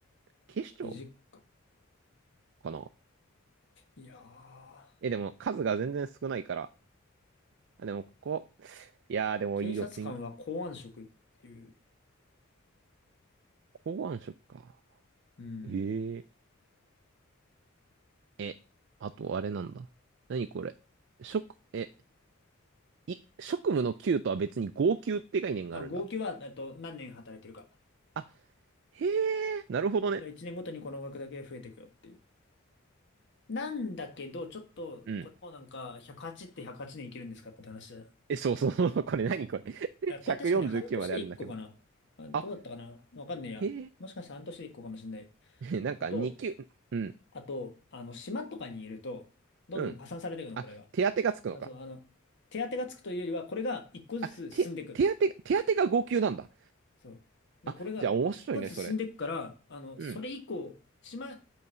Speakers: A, on the right; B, on the left.
A: 警視庁
B: 理事官。
A: かな
B: いやー、
A: え、でも数が全然少ないから。あ、でもここ、いやーでもいいよ、
B: 警察官は公安職っていう。
A: ちん、公安職か。
B: うん。
A: えええ、あとあれなんだ。何これ。職、え、い、職務の給とは別に号給って概念があるんだ。
B: あ、合計は、えっと、何年働いてるか。
A: あ、へえ、なるほどね。
B: だ1年ごとにこの額だけ増えてくよっていう。なんだけど、ちょっと、
A: うん。
B: これもなんか、108って108年生きるんですかって話だ。
A: え、そうそう、<laughs> これ何これ <laughs>
B: えこれ確かね、
A: 149まであるんだけど。
B: 半年で1個かな。あ、どうだったかな。
A: あ、
B: わかんねえや。
A: へ
B: もしかしたら半年で1個かもしれない。
A: え、<laughs> なんか2級、
B: あと、
A: うん、
B: あと、あの、島とかにいると、どんどん加算されていくの、
A: うん。あ、
B: これが。
A: 手当がつくのか。
B: あ、そう、あの、手当てがつくというよりは、これが一個ずつ進んでいく。
A: あ、手、手当が、手当が号級なんだ。
B: そう。で、
A: あ、
B: これが一個ずつ進んでいくから、
A: じゃあ面白いね、それ。
B: あの、
A: うん、
B: それ以降、島、例